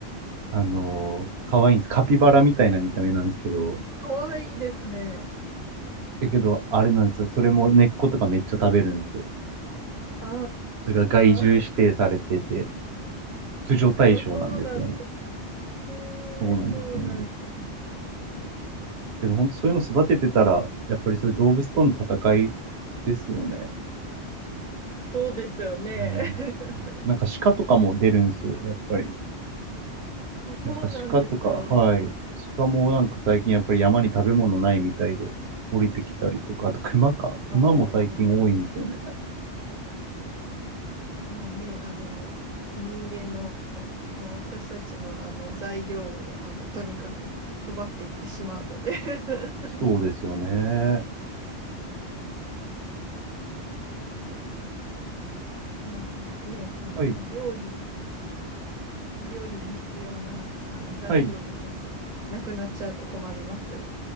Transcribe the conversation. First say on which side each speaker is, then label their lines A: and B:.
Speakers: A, on the right (about 70°); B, on the right (about 45°).
A: あのー可愛いんです。カピバラみたいな見た目なんですけど、
B: かわいいですね。
A: だけど、あれなんですよ。それも根っことかめっちゃ食べるんですよ。
B: あ
A: それが害獣指定されてて、
B: あ。
A: 駆除対象なんですよね。
B: あ、そうなんですね。えー、
A: そうなんです、
B: そうなん。
A: そうなんです。けど、本当そういうの育ててたら、やっぱりそういう動物との戦いですよね。
B: そうですよね。
A: うん。
B: <laughs>
A: なんか鹿とかも出るんですよ、やっぱり。
B: あ、そうなんですか。
A: なんか鹿とか、はい。鹿もなんか最近やっぱり山に食べ物ないみたいで降りてきたりとか、あと熊か。
B: ああ、
A: 熊も最近多いんですよね。
B: もうね、あの、人間の、もう私たちの、あの材料を、あの、とにかく奪っていってしまうので <laughs>
A: そうですよね。
B: なんかね、あの、
A: はい、
B: 料理、料理に必要な、あの、材料がちょっとなくなっちゃうと困りますよ
A: はい。